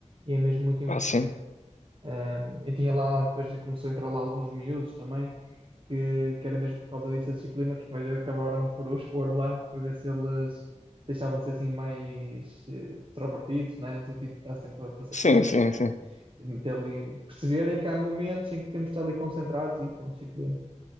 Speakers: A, on the right; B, on the left.
A: E é mesmo muito importante.
B: Pá, sim.
A: Um, e tinha lá, depois começou a entrar lá alguns miúdos também, que, que era mesmo por causa dessa disciplina, que depois acabaram por o expor lá, para ver se eles deixavam-se assim mais eh, extrovertidos, né? No sentido de estar sempre a fazer
B: Sim,
A: coisas
B: sim,
A: e,
B: sim.
A: e de meter ali, perceberem que há momentos em que temos de estar ali concentrados e com disciplina.